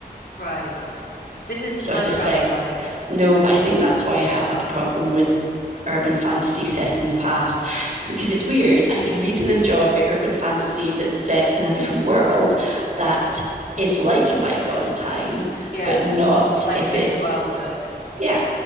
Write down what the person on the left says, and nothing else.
right. This isn't
time
travel, though.
Yeah,
like
the Discworld
books.